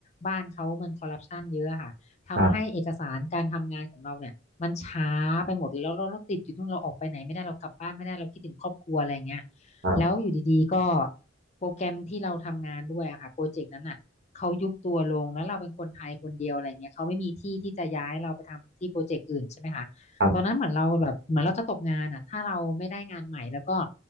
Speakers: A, on the left; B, on the right.
A: บ้านเขามันคอร์รัปชันเยอะอะค่ะทำให้เอกสารการทำงานของเราเนี่ยมันช้าไปหมดเลยแล้วเราเราติดอยู่นู่นเราออกไปไหนไม่ได้เรากลับบ้านไม่ได้เราคิดถึงครอบครัวอะไรเงี้ย
B: ครับครับ
A: แล้วอยู่ดีๆก็ โปรแกรมที่เราทำงานด้วยอะค่ะโปรเจกต์นั้นอ่ะเขายุบตัวลงแล้วเราเป็นคนไทยคนเดียวอะไรเงี้ยเขาไม่มีที่ที่จะย้ายเราไปทำที่โปรเจกต์อื่นใช่ไหมคะตอนนั้นเหมือนเราแบบเหมือนเราจะตกงานอ่ะถ้าเราไม่ได้งานใหม่แล้วก็
B: ครับ